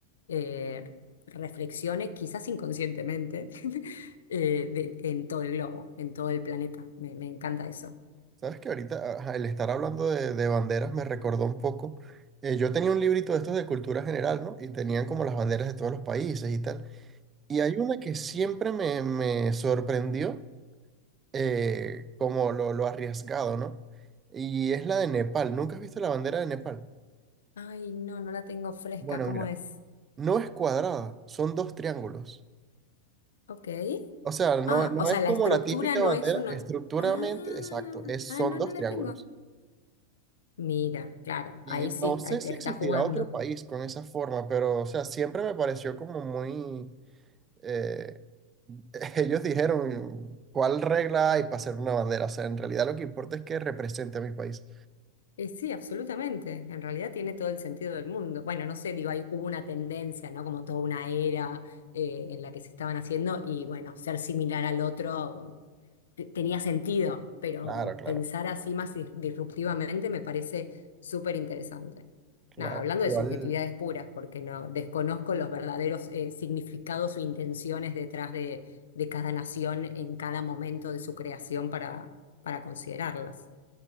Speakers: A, on the left; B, on the right.
A: eh, reflexione, quizás inconscientemente, <laughs> eh, de- en todo el globo, en todo el planeta, me, me encanta eso.
B: Sabes que ahorita ajá, el estar hablando de, de banderas me recordó un poco. eh, yo tenía un librito de estos de cultura general, ¿no? Y tenían como las banderas de todos los países y tal. Y hay una que siempre me, me sorprendió, eh, como lo, lo arriesgado, ¿no? Y es la de Nepal. ¿Nunca has visto la bandera de Nepal?
A: Ay, no, no la tengo fresca.
B: Bueno,
A: ¿Cómo
B: mira.
A: es?
B: No es cuadrada, son dos triángulos.
A: Ok.
B: O sea, no,
A: Ah,
B: no
A: o sea,
B: es
A: la
B: como
A: estructura
B: la típica
A: no
B: bandera
A: es uno.
B: estructuralmente,
A: Ah,
B: exacto, es,
A: ah,
B: son
A: no,
B: dos
A: no la
B: triángulos.
A: tengo. Mira, claro,
B: Y
A: ahí sí,
B: no sé
A: ahí te
B: si
A: está
B: existirá
A: jugando.
B: otro país con esa forma, pero, o sea, siempre me pareció como muy... eh, <laughs> ellos dijeron, ¿cuál regla hay para hacer una bandera? O sea, en realidad lo que importa es que represente a mi país.
A: Eh, sí, absolutamente. En realidad tiene todo el sentido del mundo. Bueno, no sé, digo, hay, hubo una tendencia, ¿no? Como toda una era eh, en la que se estaban haciendo y bueno, ser similar al otro te- tenía sentido, pero
B: Claro, claro,
A: pensar así más dis- disruptivamente me parece súper interesante.
B: claro.
A: Nada, hablando
B: Igual,
A: de subjetividades puras, porque no desconozco los verdaderos eh, significados o intenciones detrás de, de cada nación en cada momento de su creación para, para considerarlas.